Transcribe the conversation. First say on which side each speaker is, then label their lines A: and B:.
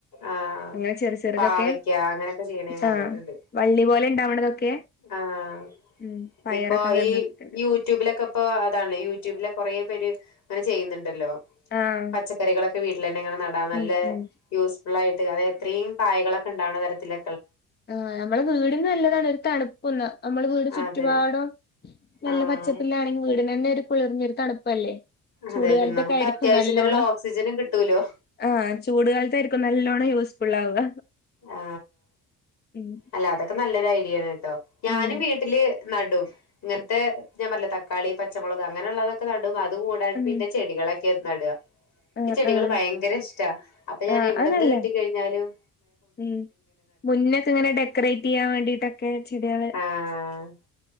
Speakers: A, on the left; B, on the left.
A: ആഹ്
B: അങ്ങനെ ചെറു ചെറുതൊക്കെ
A: പാവയ്ക്ക അങ്ങനെയൊക്കെ ചെയ്യണ ഞാൻ കണ്ടിട്ടുണ്ട്
B: ആഹ് വള്ളി പോലെ ഇണ്ടാവണതൊക്കെ
A: ആഹ്
B: ഉം പയറൊക്കെ
A: ഇപ്പൊ
B: അങ്ങനെ
A: ഈ
B: നോക്കിട്ടുണ്ട്
A: യൂട്യൂബിലൊക്കെ ഇപ്പൊ അതാണ് യൂട്യൂബിലെ കുറെ പേര് ങ്ങനെ ചെയ്യുന്നുണ്ടല്ലോ
B: ആഹ്
A: പച്ചക്കറിളൊ ത് വീട്ടിലന്നെ എങ്ങനെ ന അത് നല്ല
B: ഉം ഉം
A: യൂസ്ഫുൾ ആയിട്ട് അത് എത്രയും പായകളെ ഒണ്ടാവണ തരത്തില്
B: ആ ഞമ്മള വീടിന് നല്ലതാണ് ഒരു തണുക്കുന്ന നമ്മള വീട് ചുറ്റുപാടും
A: അതെ
B: നല്ല
A: ആഹ്
B: പച്ചപ്പിലാണെങ്കിൽ വീടിനു തന്നെ കുളിർഞ്ഞൊരു തണുപ്പല്ലേ ചൂടുകാലത്തൊക്കെ
A: അതെ പിന്നെ നമുക്ക്
B: ആയിരിക്കും
A: അത്യാവശ്യത്തിനുള്ള
B: നല്ലോണം
A: ഓക്സിജനും കിട്ടൂലോ
B: ആഹ് ചൂട് കാലത്തായിരിക്കും നല്ലോണം യൂസ്ഫുൾ ആവുക
A: ആ
B: ഉം
A: അല്ല അതൊക്കെ നല്ലൊരായി ഡിയാൻ ഞാനും
B: ഉം
A: വീട്ടില് നടും ഇങ്ങനത്തെ ഞാൻ പറഞ്ഞില്ലേ തക്കാളി, പച്ചമുളക് അങ്ങനെയുള്ളതൊക്കെ നടും അത് ബൾബ്
B: ഉം
A: ചെയ്ത ചെടികളെ ക്കെ നട്ക
B: ആഹ്
A: ക്ക് ചെടികള്
B: ആഹ്
A: ഭയങ്കര ഇഷ്ടാ അപ്പൊ ഞാന്
B: ആഹ്
A: ഇവിടുന്ന്
B: അത് നല്ലതാ
A: കിട്ടി കഴിഞ്ഞലും ലും
B: ഉം മുന്നക്കെ ഇങ്ങനെ ഡെക്കറേറ്റ് ചെയ്യാൻ വേണ്ടിട്ടൊക്കെ ചെടികള്
A: ആഹ്